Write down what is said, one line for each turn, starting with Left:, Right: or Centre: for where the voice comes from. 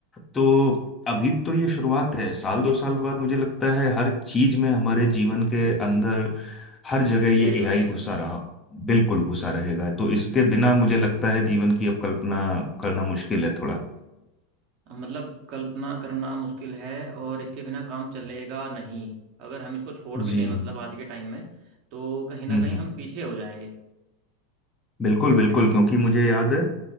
Left: तो अभी तो ये शुरुआत है साल दो साल बाद मुझे लगता है हर चीज में हमारे जीवन के अंदर हर जगह
Right: एआई
Left: ये
Right: हो
Left: एआई
Right: जाएगा
Left: घुसा रहा बिल्कुल घुसा रहेगा तो इसके बिना मुझे लगता है जीवन की अब कल्पना करना मुश्किल है थोड़ा
Right: मतलब कल्पना करना मुश्किल है और इसके बिना काम चलेगा नहीं अगर हम इसको छोड़ भी
Left: जी
Right: दें मतलब
Left: हम्म
Right: आज के टाइम में तो कहीं ना
Left: हम्म
Right: कहीं हम पीछे हो जाएंगे
Left: बिल्कुल बिल्कुल
Right: है ना
Left: क्योंकि मुझे याद है